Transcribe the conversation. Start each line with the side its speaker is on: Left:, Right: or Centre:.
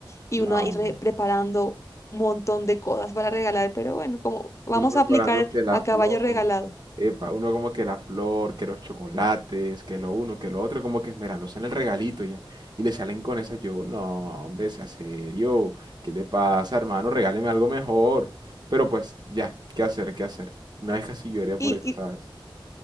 Left: y
Right: No,
Left: uno ahí re- preparando un montón de cosas para regalar, pero bueno, como vamos
Right: uno preparando
Left: a aplicar
Right: que la
Left: a
Right: flor,
Left: caballo regalado.
Right: epa, uno como que la flor, que los chocolates, que lo uno, que lo otro, como que esmerándose en el regalito ya. Y le salen con esa, yo, no, hombre, sea serio, ¿qué le pasa, hermano? Regáleme algo mejor. Pero pues, ya, ¿qué hacer, qué hacer? Una vez casi lloré por
Left: Y,
Right: eso,
Left: y
Right: ¿sabes?